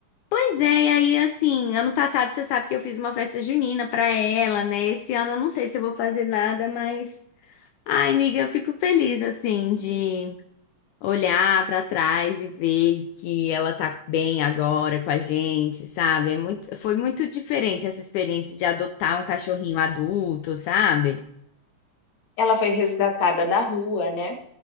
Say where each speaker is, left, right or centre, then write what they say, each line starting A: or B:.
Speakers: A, on the left; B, on the left.
A: pois é, e aí, assim, ano passado você sabe que eu fiz uma festa junina pra ela, né? Esse ano eu não sei se eu vou fazer nada, mas. Ai, amiga, eu fico feliz, assim, de olhar pra trás e ver que ela tá bem agora com a gente, sabe? É muito, foi muito diferente essa experiência de adotar um cachorrinho adulto, sabe?
B: Ela foi resgatada da rua, né?